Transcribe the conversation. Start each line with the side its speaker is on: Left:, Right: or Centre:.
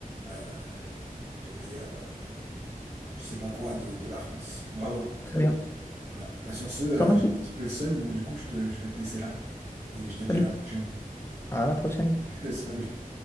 Right: euh, du meilleur. euh, je sais pas quoi de, de la France. Bravo.
Left: Très bien.
Right: Voilà. Bah, sur ce, euh,
Left: Je te remercie.
Right: j'ai un petit peu le seum, donc du coup, je te- je vais te laisser là et je te
Left: Salut.
Right: dis à la prochaine.
Left: À la prochaine.
Right: <laughs> Salut.